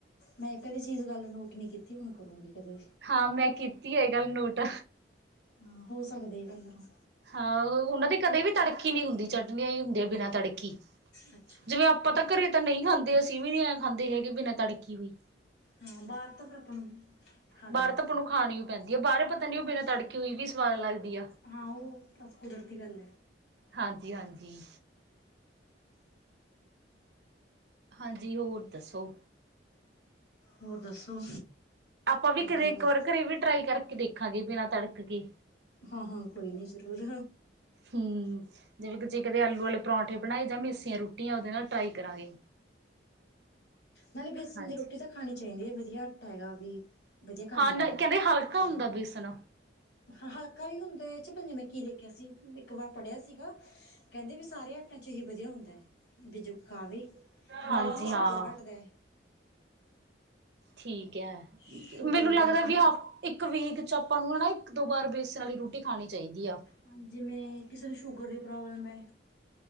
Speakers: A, on the left (about 70°); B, on the right (about 65°).
A: ਮੈਂ ਕਦੇ ਵੀ ਚੀਜ਼ ਗੱਲ ਨੋਟ ਨਹੀ ਕੀਤੀ, ਹੁਣ ਕਰੂੰਗੀ ਕਦੇ
B: ਹਾਂ, ਮੈਂ ਕੀਤੀ ਐ, ਇਹ ਗੱਲ ਨੋਟ
A: ਹਾਂ, ਹੋ ਸਕਦੀ, ਏ ਗੱਲ ਹੁਣ
B: ਹਾਂ ਉਹਨਾਂ ਦੀ ਕਦੇ ਵੀ ਤੜਕੀ ਨਹੀ ਹੁੰਦੀ, ਚਟਨੀਆਂ ਹੀ ਹੁੰਦੀਆਂ ਬਿਨਾਂ ਤੜਕੀ
A: ਅੱਛਾ
B: ਜਿਵੇਂ ਆਪਾਂ
A: ਮੈਂ
B: ਤਾਂ
A: ਵੀ
B: ਘਰੇ ਤਾਂ ਨਹੀਂ ਖਾਂਦੇ, ਅਸੀਂ ਵੀ ਨਹੀ ਐਂ ਖਾਂਦੇ ਹੈਗੇ, ਬਿਨਾਂ ਤੜਕੀ ਹੋਈ
A: ਹਾਂ, ਬਾਹਰ ਤਾਂ ਫਿਰ ਆਪਾਂ ਨੂੰ ਖਾਂਦੇ
B: ਬਾਹਰ
A: ਹਾਂ
B: ਤਾਂ ਆਪਾਂ ਨੂੰ ਖਾਣੀ ਪੈਂਦੀ ਆ, ਬਾਹਰ ਪਤਾ ਨੀ ਉਹ ਬਿਨਾ ਤੜਕੇੀ ਹੋਈ ਵੀ ਸਵਾਦ ਲੱਗਦੀ ਆ।
A: ਹਾਂ, ਔ ਬਸ ਕੁਦਰਤੀ ਗੱਲ।
B: ਹਾਂਜੀ, ਹਾਂਜੀ। ਹਾਂਜੀ ਹੋਰ ਦੱਸੋ
A: ਹੋਰ ਦੱਸੋ
B: ਆਪਾਂ ਵੀ
A: ਕੋਈ
B: ਕਦੇ
A: ਗੱਲਬਾਤ
B: ਇੱਕ ਵਾਰ ਘਰੇ ਵੀ ਟਰਾਈ ਕਰਕੇ ਦੇਖਾਂਗੇ, ਬਿਨਾਂ ਤੜਕ ਕੇ
A: ਹਾਂ-ਹਾਂ, ਕੋਈ ਨੀ ਜ਼ਰੂਰ
B: ਹੂ, ਜਿਵੇਂ ਤੁਸੀ ਕਿਤੇ ਆਲੂ ਵਾਲੇ ਪਰੌਂਠੇ ਬਣਾਏ ਜਾਂ ਮਿਸਿਆਂ ਰੋਟਿਆਂ, ਉਹਦੇ ਨਾਲ ਟਰਾਈ ਕਰਾਂਗੇ
A: ਨਾਲੇ ਬੇਸਣ
B: ਹਾਂਜੀ
A: ਦੀ ਰੋਟੀ ਤਾਂ ਖਾਣੀ ਚਾਹੀਦੀ ਹੈ, ਵਧੀਆ ਆਟਾ ਹੈਗਾ ਏ ਵੀ ਵਧੀਆ ਕੰਮ
B: ਹਾਂ
A: ਆਉਂਦਾ ਹਾ
B: ਕਹਿੰਦੇ ਹਲਕਾ ਹੁੰਦਾ ਬੇਸਣ
A: ਹਾਂ, ਹਲਕਾ ਵੀ ਹੁੰਦਾ ਏਚ ਵੀ, ਮੈਂ ਕੀ ਦੇਖਿਆ ਸੀ, ਇੱਕ ਵਾਰ ਪੜਿਆ ਸੀਗਾ ਕਹਿੰਦੇ ਵੀ ਸਾਰੇ ਆਟਾਂ ਚ ਹੀਹੀ ਵਧੀਆ ਹੁੰਦਾ ਹੈ, ਬੀ ਜੋ ਖਾਵੇ, ਨਾਲੇ
B: ਹਾਂਜੀ
A: ਇਹਦੇ ਨਾਲ ਸ਼ੂਗਰ
B: ਹਾਂ
A: ਘੱਟਦਾ
B: ਠੀਕ ਹੈ,
A: ਸ਼ੂਗਰ
B: ਮੈਨੂੰ
A: ਦੀ
B: ਲੱਗਦਾ
A: ਜਿਵੇਂ
B: ਵੀ ਹ ਇੱਕ ਵੀਕ ਚ ਆਪਾਂ ਨੂੰ ਹੈਨਾ, ਇੱਕ ਦੋ ਵਾਰ ਵੇਸਣ ਵਾਲੀ ਰੋਟੀ ਖਾਣੀ ਚਾਹੀਦੀ ਆ
A: ਹਾਂ, ਜਿਵੇਂ ਕਿਸੇ ਨੂੰ ਸ਼ੂਗਰ ਦੀ ਪ੍ਰੋਬਲਮ ਹੈ